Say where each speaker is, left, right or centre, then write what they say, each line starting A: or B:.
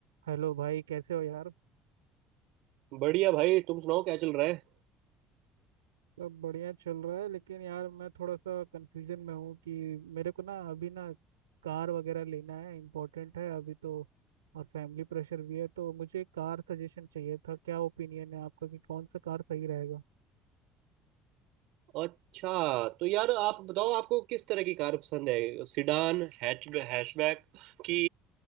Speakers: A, on the right; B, on the right.
A: Hello भाई कैसे हो यार
B: बढ़िया भाई तुम सुनाओ क्या चल रहा है
A: सब बढ़िया चल रहा है लेकिन यार मैं थोड़ा सा कंफ्यूजन में हूँ कि मेरे को ना अभी ना कार वगैरह लेना है इम्पोर्टेंट है अभी तो और फैमिली प्रेशर भी है तो मुझे कार सजेशन चाहिए था क्या ओपिनियन है आपका कि कौन सा कार सही रहेगा
B: अच्छा तो यार आप बताओ आपको किस तरह की कार पसंद है सिडान हैच हैचबैक की